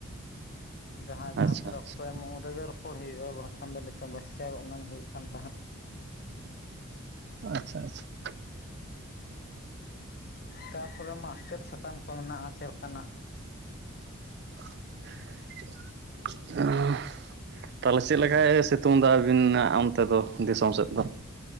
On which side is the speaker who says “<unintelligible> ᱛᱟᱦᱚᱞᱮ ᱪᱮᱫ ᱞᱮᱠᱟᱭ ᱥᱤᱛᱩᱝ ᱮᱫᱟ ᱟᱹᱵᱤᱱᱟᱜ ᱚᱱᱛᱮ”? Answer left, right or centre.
Right